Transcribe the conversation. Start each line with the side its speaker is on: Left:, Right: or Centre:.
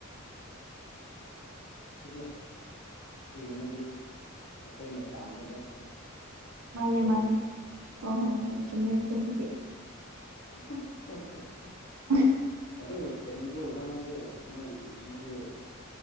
Left: ꯁꯤꯗꯤ ꯑꯁꯤꯒꯨꯝꯕꯗꯤ ꯑꯩꯈꯣꯏꯅ ꯇꯝꯕ ꯅꯠꯇꯅ
Right: ꯃꯥꯅꯦ ꯃꯥꯅꯦ ꯍꯣꯏ ꯍꯣꯏ ꯍꯣꯏ ꯆꯨꯝꯃꯦ ꯑꯗꯨꯕꯨꯗꯤ
Left: <unintelligible>
Right: <inaudible>
Left: ꯑꯗꯨ ꯀꯔꯤꯔꯣ ꯅꯪꯁꯨ ꯅꯪꯒꯤ ꯗꯤꯄꯤꯤꯗꯨ